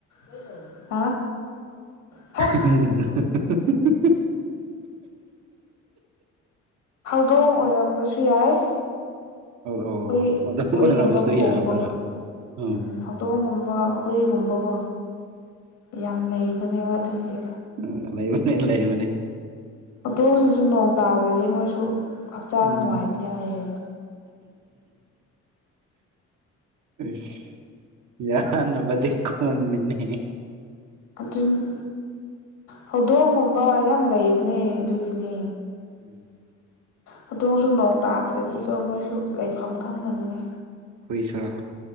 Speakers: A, on the left; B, on the right.
A: <inaudible> ꯍꯥ ꯍꯥ
B: <unintelligible>
A: ꯍꯧꯗꯣꯡ ꯑꯣꯏꯔꯝꯕꯁꯨ ꯌꯥꯏ
B: ꯑꯣ ꯑꯣ
A: ꯍꯨꯏ
B: ꯑꯗꯨꯝ
A: ꯍꯨꯏꯒꯨꯝꯕ
B: ꯑꯣꯏꯔꯝꯕꯁꯨ
A: ꯈꯣꯡꯕꯀꯣ
B: ꯌꯥꯕ꯭ꯔꯥ ꯑꯣ
A: ꯎꯝ ꯍꯧꯇꯣꯡꯒꯨꯝꯕ ꯍꯨꯏꯒꯨꯝꯕꯀꯣ ꯌꯥꯝ ꯂꯩꯕꯅꯦꯕ ꯑꯗꯨꯒꯤ
B: ꯎꯝ ꯂꯩꯥꯕꯅꯦ ꯂꯩꯕꯅꯦ
A: ꯍꯧꯗꯣꯡꯁꯤꯡꯁꯨ ꯅꯣꯡ ꯇꯥꯗ꯭ꯔꯥꯗꯤ ꯃꯣꯏꯁꯨ ꯍꯛꯆꯥꯡ
B: ꯎꯝ
A: ꯅꯨꯡꯉꯥꯏꯇꯦ ꯍꯥꯏꯌꯦ
B: ꯏꯁ ꯌꯥꯅꯕꯗꯤ ꯈꯨꯝꯃꯤꯅꯦ
A: ꯑꯗꯨꯅꯤ ꯍꯧꯗꯣꯡꯒꯨꯝꯕ ꯌꯥꯝ ꯂꯩꯕꯅꯦ ꯑꯗꯨꯒꯤꯅꯦ
B: <inaudible>
A: ꯍꯧꯗꯣꯡꯁꯨ ꯅꯣꯡ ꯇꯥꯗ꯭ꯔꯥꯗꯤ ꯀꯣ ꯃꯣꯏꯁꯨ ꯂꯩꯐꯝ ꯈꯪꯗꯕꯅꯦ
B: ꯍꯨꯏꯁꯨꯔꯥ